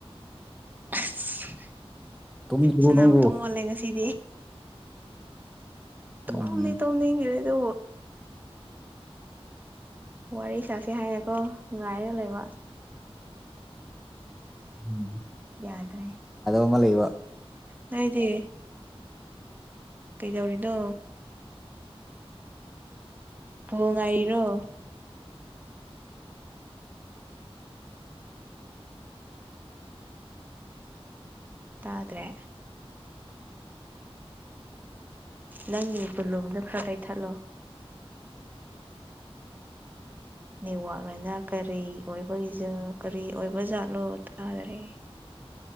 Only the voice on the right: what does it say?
ꯑꯁ
ꯁꯅꯥꯃꯨꯛꯇ
ꯑꯣꯣꯜꯂꯦ ꯉꯁꯤꯗꯤ ꯇꯣꯝꯅꯤ
ꯇꯣ ꯍ ꯏꯔꯤꯦꯗ ꯋꯥꯔꯤ ꯁꯥꯁꯦ ꯍꯥꯏꯌꯦꯦꯀꯣ ꯉꯥꯏꯔꯦ ꯂꯩꯕ
ꯌꯥꯗ꯭ꯔꯦ
ꯅꯣꯏꯗꯤ ꯀꯩꯗꯧꯔꯤꯅꯣ ꯐ ꯉꯏꯔꯣ ꯇꯥꯗ꯭ꯔꯦ ꯅꯪꯅꯦ ꯕꯨꯂꯣꯝꯗ ꯐ ꯀꯩ ꯊꯠꯂꯣ ꯅꯋꯥꯛꯅꯅ ꯀꯔꯤ ꯑꯣꯏꯕꯒꯤꯖ ꯀꯔꯤ ꯑꯣꯏꯕ ꯖꯠꯂꯣ ꯇꯥꯗꯔꯦ